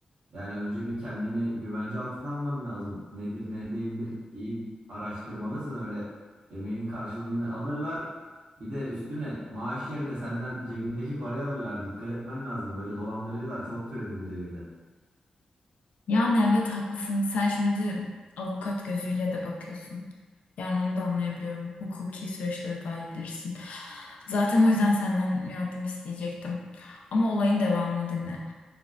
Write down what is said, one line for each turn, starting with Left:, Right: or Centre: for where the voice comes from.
Right: Yani önce bir kendini güvence altına alman lazım. Nedir ne değildir iyi araştırmalısın öyle emeğinin karşılığını alırlar. Bir de üstüne maaş yerine senden cebindeki parayı alırlar. Dikkat etmen lazım. Böyle dolandırıcılar çok türedi bu devirde.
Left: Yani evet haklısın. Sen şimdi avukat gözüyle de bakıyorsun. Yani onu da anlayabiliyorum. Hukuki süreçleri daha iyi bilirsin. Zaten o yüzden senden yardım isteyecektim. Ama olayın devamını dinle.